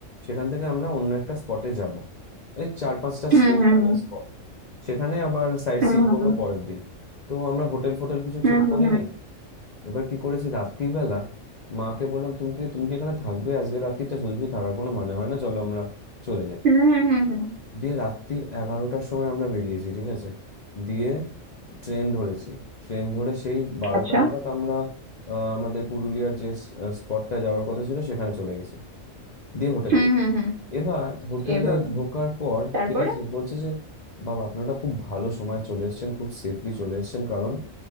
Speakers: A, on the left; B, on the right.
A: সেখান থেকে আমরা অন্য একটা স্পটে যাব এই চার পাঁচটা
B: হুম
A: স্টেশনের
B: হুম
A: স্পট সেখানে আবার সাইট
B: হুম
A: সিইং
B: হুম,
A: করবো
B: হুম।
A: পরের দিন তো আমরা হোটেল ফোটেল কিছু
B: হুম
A: ঠিক
B: হুম
A: করিনি
B: হুম
A: এবার কি করেছি রাত্রির বেলা মাকে বললাম তুমি কি তুমি কি এখানে থাকবে আজকে রাত্রিটা শুধু শুধু থাকার কোনো মানে হয় না চলো আমরা চলে যাই
B: হুম হুম হুম হুম।
A: দিয়ে রাত্রির এগারোটার সময় আমরা বেরিয়েছি ঠিক আছে দিয়ে ট্রেন ধরেছি ট্রেন ধরে সেই বারোটা
B: আচ্ছা
A: নাগাদ আমরা আহ, আমাদের পুরুলিয়ার যে স্পটটা যাওয়ার কথা ছিল সেখানে চলে গেছি দিয়ে হোটেলে
B: হুম হুম হুম
A: এবার হোটেলে
B: এভাবে
A: ঢোকার পর
B: তারপরে
A: ঠিক আছে বলছে যে বাবা আপনারা খুব ভালো সময় চলে এসেছেন খুব সেফলি চলে এসেছেন কারণ